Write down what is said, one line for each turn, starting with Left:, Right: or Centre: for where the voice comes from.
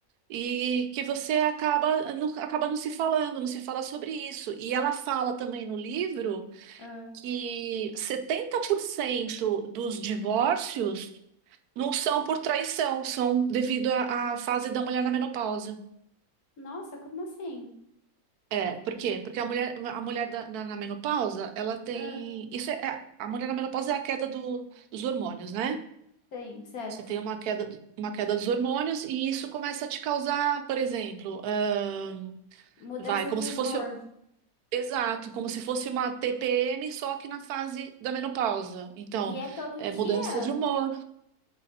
Right: E que você acaba não, acaba não se falando, não se fala sobre isso. E ela fala também no livro
Left: Ah,
Right: que 70% dos divórcios não são por traição, são devido à, à fase da mulher na menopausa.
Left: Nossa, como assim?
Right: É, por quê? Porque a mulher, a mulher da- na, na menopausa, ela tem.
Left: ah.
Right: Isso é, é- a mulher na menopausa é a queda do- dos hormônios, né?
Left: Sim, certo.
Right: Você tem uma queda, uma queda dos hormônios e isso começa a te causar, por exemplo, ahn,
Left: Mudança
Right: vai, como
Left: de
Right: se
Left: humor.
Right: fosse. Exato, como se fosse uma TPM, só que na fase da menopausa. Então,
Left: E é todo
Right: é
Left: dia?
Right: mudança de humor.